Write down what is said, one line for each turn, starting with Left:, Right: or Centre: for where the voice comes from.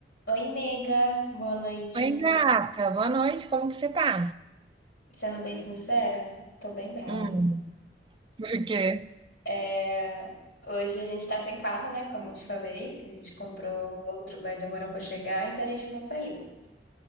Left: Oi, nega, boa noite.
Right: Oi, gata. Boa noite. Como que você tá?
Left: Sendo bem sincera, tô bem brava.
Right: Hum, por quê?
Left: É, Hoje a gente tá sem carro, né? Como eu te falei, que a gente comprou um outro, vai demorar pra chegar, então a gente não saiu.